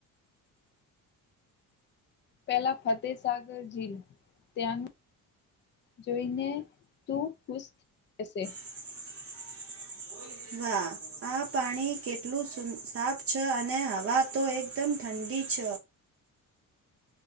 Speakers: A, on the left; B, on the right.
A: પેલા ફતેસાગર જીલ ત્યાં જોઈને તું ખુશ થશે.
B: <inaudible> વાહ આ પાણી કેટલું સાફ છે અને હવા તો એકદમ ઠંડી છ.